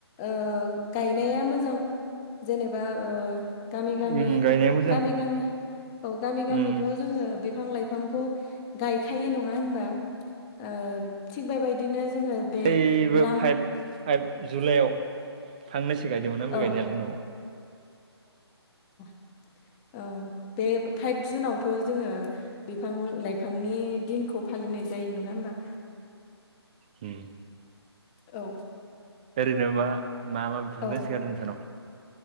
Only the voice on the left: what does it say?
ओ गायनाया मोजां जेनेबा ओ गामि गामि
गामि गामि औ गामि गामिथ
जोङो बिफां लाइफांखौ गायखायो नङा होनबा ओ थिग बेबायदिनो जोङो बे
लाम
औ
<inaudible> औ बे फाइभ जुनावथ जोङो बिफां लाइफांनि दिनखौ फालिनाय जायो नङा होमबा।
औ।
औ